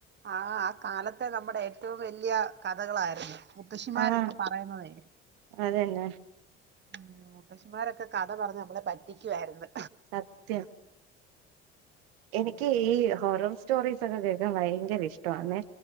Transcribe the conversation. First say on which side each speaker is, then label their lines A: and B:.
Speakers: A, on the right (about 35°); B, on the right (about 80°).
A: ആഹ് ആ കാലത്തെ നമ്മുടെ ഏറ്റവും വെല്ല്യ കഥകളാരുന്നു. മുത്തശ്ശിമാരൊക്കെ
B: ആഹ്
A: പറയുന്നതേ.
B: അതന്നെ
A: ഉം മുത്തശിമാരൊക്കെ കഥ പറഞ്ഞ് നമ്മളെ പറ്റിക്കുവായിരുന്നു.
B: സത്യം എനിക്ക്
A: ഉം
B: ഈ ഹൊറർ സ്റ്റോറീസ്സൊക്കെ കേക്കാൻ ഭയങ്കര ഇഷ്ടവാന്നേ.